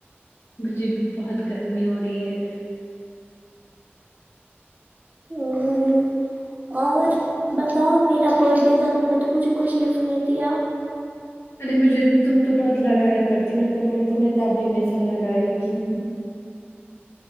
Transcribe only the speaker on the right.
ہا اور بتاؤ میرا برتھ ڈے تھا تم نے تو مجھے کچھ گفٹ نہیں دیا